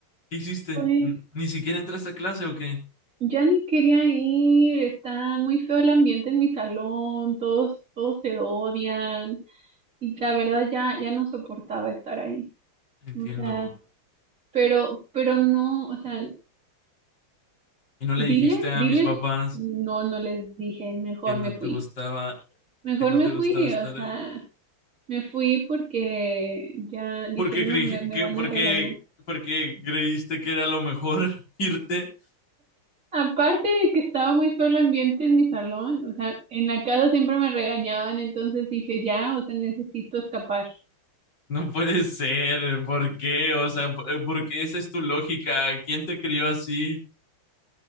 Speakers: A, on the left (about 50°); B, on the right (about 35°).
A: ¿qué hiciste?
B: Pues
A: N- ¿Ni siquiera entraste a clase o qué?
B: ya ni quería ir, está muy feo el ambiente en mi salón, todos, todos se odian y la verdad ya, ya no soportaba estar ahí.
A: Entiendo.
B: O sea, pero, pero no, o sea,
A: ¿Y no le dijiste
B: diles,
A: a
B: diles,
A: mis papás
B: no, no les dije, mejor
A: que no
B: me fui.
A: te gustaba,
B: Mejor
A: que no
B: me
A: te
B: fui,
A: gustaba estar
B: o sea,
A: ahí?
B: me fui porque ya dije,
A: ¿Por qué
B: no,
A: creí,
B: me me
A: que,
B: van
A: por
B: a regañar.
A: qué, por qué creíste que era lo mejor <laughs> irte?
B: Aparte de que estaba muy feo el ambiente en mi salón, o sea, en la casa siempre me regañaban, entonces dije, ya, o sea, necesito escapar.
A: No puede ser, ¿por qué? O sea, ¿por eh, por qué esa es tu lógica? ¿Quién te crió así?